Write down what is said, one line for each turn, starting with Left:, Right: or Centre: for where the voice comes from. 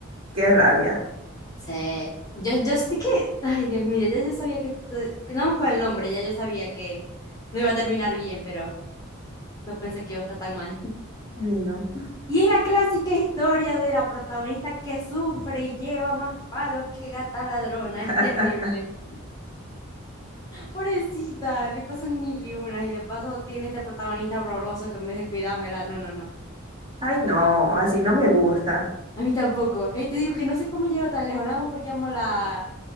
Right: Qué rabia.
Left: Sí, yo, yo estoy que, ay Dios mío, ya yo sabía que, esto- que nada más con el nombre, ya yo sabía que no iba a terminar bien, pero no pensé que iba a estar tan mal. <laughs>
Right: Ay, no.
Left: Y es la clásica historia de la protagonista que sufre y lleva más palo que gata ladrona,
Right: <laughs>
Left: es terrible. Pobrecita, le pasan mil y unas y de paso tiene este protagonista horroroso que en vez de cuidármela, no, no, no.
Right: Ay, no, así no me gusta.
Left: A mí tampoco. y te digo que no sé cómo llego tan lejos, nada más porque amo a la,